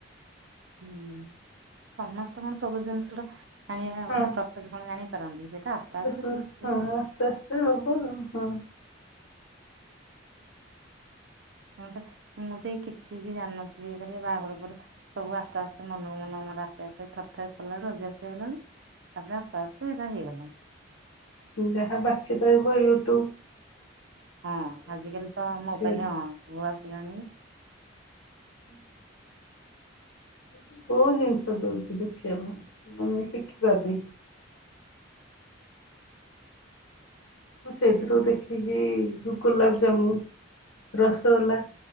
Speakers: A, on the right; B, on the left.
A: ହୁଁ ସମସ୍ତେ କଣ ସବୁ ଜିନିଷ ଗଟା ଆାଣିବା
B: ଆଉ।
A: ମାନେ ପ୍ରଫିଟ କଣ ଜାଣିପାରନ୍ତି ସେଇଟା ଆସ୍ତେ
B: ହଁ
A: ଆସ୍ତେ
B: ହଁ
A: ଶିଖ ଯାଇଛି।
B: ଆସ୍ତେ ଆସ୍ତେ ହବ ଆଉ ହଁ
A: ଆ ତ ମୁଁ ତ ଏ କିଛି ବି ଜାଣିନଥିଲି ଏ ଘ ବାହାଘର ପରେରେ ସବୁ ଆସ୍ତେ ଆସ୍ତେ ମନକୁ ମନ ମର ଆପେପେ ଥରେ ଥରେ ପଲା ବେୁ ଅଭ୍ୟାସ ହେଇଲା ବୁ ତାପରେ ରାସ୍ତତା ଆସ୍ତେ ଏଟା ହେଇଗଲା
B: ଯାହା ବାକି ରହିବ ୟୁଟୁ
A: ହଁ ଆଜିକାଲି ତ ମୋବାଇଲ
B: ଭାରି।
A: ହଁ ସବୁ ଆସିଲାଣି
B: ହୁଁ ସେଠୁ ବହୁତ ଜିନିଷ ଦଉଛି ଦେଖିବା ପାଇଁ ମାନେ ଶିଖିବା ପାଇଁ ମୁଁ ସେଇଥିରୁ ଦେଖିକି ଗୋଲାପଜାମୁନ ରସଗୋ୍ଲା